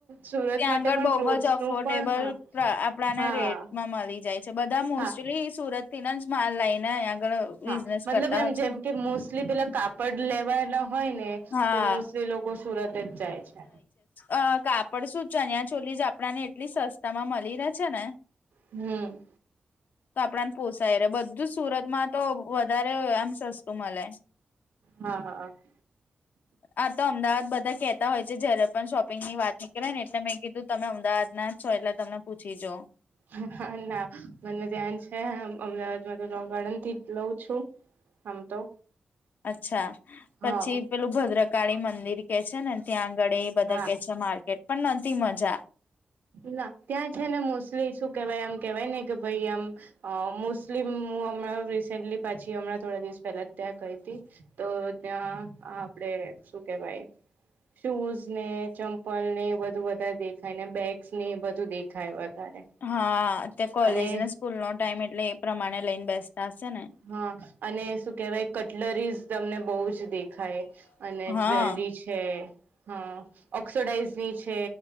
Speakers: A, on the right; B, on the left.
A: સુરત
B: ત્યાં
A: માટે
B: આગળ
A: પણ
B: બહુ
A: ક્લોથસ
B: જ અફોર્ડેબલ
A: નું પણ હા
B: આપડાને
A: હા
B: રેટમાં મળી જાય બધા મોસ્ટલી
A: હા
B: સુરત થી ના જ માલ લઈ ને આગળ બિઝનેસ
A: હા મતલબ
B: કરતા
A: એમ
B: હોય
A: જેમ
B: છે
A: કે મોસ્ટલી પેલા કાપડ લેવાયલા હોય ને
B: હા
A: તો મોસ્ટલી લોકો સુરત જ જાય છે
B: અ કાપડ શું ચન્યાછોલી જ આપણા ને એટલી સસ્તા માં મળી રહે છે ને
A: હમ્મ
B: તો આપડાને પોસાય રે બધું સુરતમાં તો વધારે આમ સસ્તું મળે
A: હા હા હા
B: આ તો અમદાવાદ બધા કેતા હોય છે. જયારે પણ શોપિંગ ની વાત નીકળે ને એટલે મેં કીધું તમે અમદાવાદ ના જ છો એટલે તમને પૂછી જોઉ
A: હા હા ના મને ધ્યાન છે અમદાવાદ માં તો લો ગાર્ડન થી જ લઉ છું હમ તો
B: અચ્છા પછી
A: હા
B: પેલું ભદ્રકાળી મંદિર કે છે ને ત્યાં આગળ એ બધા
A: હા
B: કે છે માર્કેટ પણ નતી મજા
A: ના ત્યાં છે ને મોસ્ટલી શું કેવાય આમ કેવાય ને કે ભાઈ આમ અ મોસ્ટલી હું હમણાં રિસેન્ટલી પાછી હમણાં થોડા દિવસ પહેલા જ ત્યાં ગઈ હતી તો ત્યાં આપડે શું કેવાય શૂઝ ને ચંપલ ને એ બધુ વધારે દેખાય ને બેગ બેગસ ને એ બધું દેખાય વધારે
B: હા અ ત્યાં કોલેજ
A: અને
B: ને સ્કૂલ નો ટાઈમ એટલે એ પ્રમાણે લઈને બેસતા હશે ને
A: હા અને શું કેહેવાય કટલરીઝ તમને બહુ જ દેખ ખાય અને
B: હા
A: જ્વેલરી છે હા ઓક્સોડાઇઝની છે